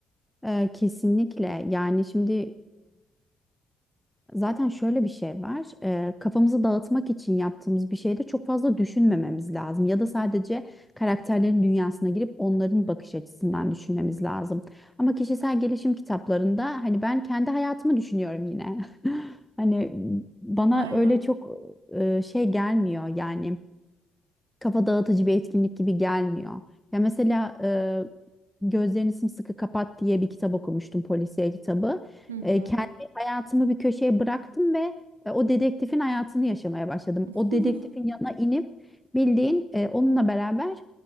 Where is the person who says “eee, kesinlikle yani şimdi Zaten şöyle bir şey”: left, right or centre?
Centre